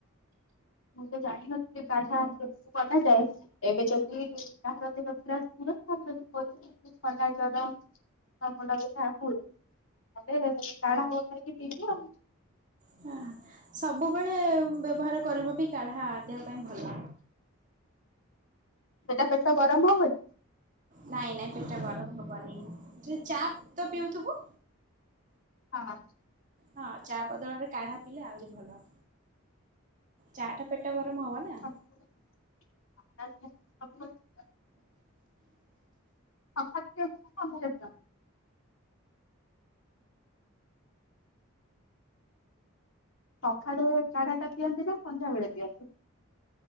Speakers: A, on the left; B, on the right.
A: ମୁଁ, ତ ଜାଣିିନଥିଲି, କାଢା କେମିତିବନା ଯାଏ। ଏବେ ଯଦି କାହାର ଦେହ ଖରାପ ଥିବ, <unintelligible> ଥଣ୍ଡା ଜର ମୋର ମୁଣ୍ଡ ବିନ୍ଧା ହୁଏ, ମାନେ-ଏ କଢ଼ା ବନେଇକି ପିଇବି ଆଉ।
B: ହଁ। ସବୁବେଳେ ବ୍ୟବହାର କରିବ ବି, କାଢା ଦେହ ପାଇଁ ଭଲ।
A: ସେଟା ପେଟ ଗରମ ହବନି?
B: ନାଇଁ ନାଇଁ ପେଟ ଟା ଗରମ ହବନି। ଯ ଚା' ତ ପିଉଥୁବୁ?
A: ହଁ।
B: ହଁ, ଚା' ବଦଳରେ କାଢା ପିିଲଲେ ଆହୁରି ଭଲ। ଚା' ଟା ପେଟ ଗରମ ହବ ନା!
A: ଆ <inaudible> ଅଖାଦ୍ୟକୁ <inaudible> ସକାଳୁ କାଢା ଟା ପିଅନ୍ତି ନା, ସନ୍ଧ୍ୟାବେଳେ ପିଅନ୍ତି?